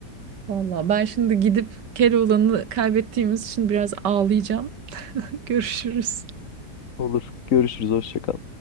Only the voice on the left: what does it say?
Olur. Görüşürüz. Hoşça kal.